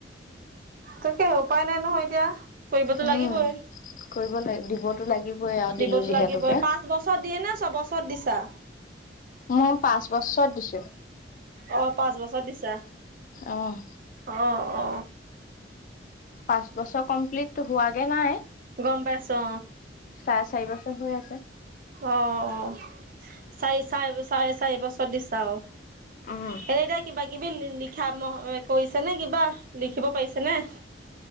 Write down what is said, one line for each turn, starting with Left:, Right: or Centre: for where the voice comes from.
Right: তাকে উপায় নাই নহয় এতিয়া। কৰিবতো
Left: উম,
Right: লাগিবই
Left: কৰিব লাগিব দিব টো লাগিবই আৰু
Right: দিবতো
Left: দিলো যিহেতুকে।
Right: লাগিবই পাঁচ বছৰত দিয়ে নে ছবছৰত দিছা
Left: মই পাঁচ বছৰত দিছো।
Right: অ পাঁচ বছৰত দিছা।
Left: অহ।
Right: অ অ।
Left: পাঁচ বছৰ কমপ্লিটটো হোৱাগে নাই?
Right: গম পাইছো
Left: চাৰে চাৰি বছৰ হৈ আছে।
Right: অ অ, চাৰি চাৰে বছ চাৰে চাৰি বছৰত দিছা অ।
Left: উম,
Right: এনে এতিয়া কিবা কিবি লি লিখা ম কৰিছে নে কিবা, লিখিব পাৰিছে নে?